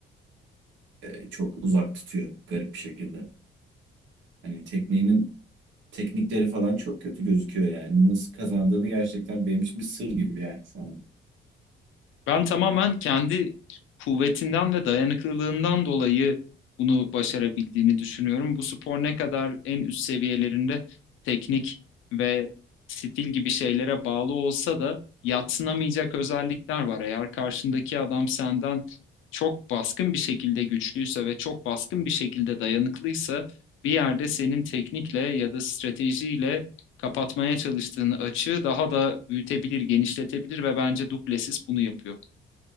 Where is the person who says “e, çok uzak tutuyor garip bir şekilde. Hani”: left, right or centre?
Right